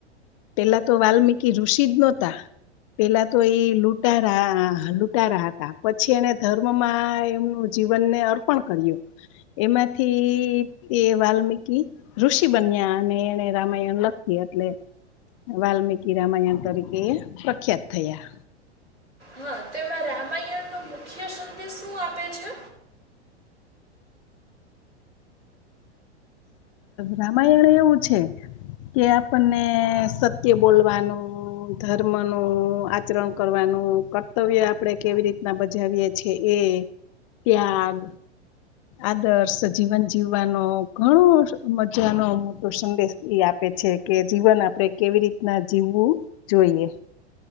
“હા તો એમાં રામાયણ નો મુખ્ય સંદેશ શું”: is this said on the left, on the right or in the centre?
Right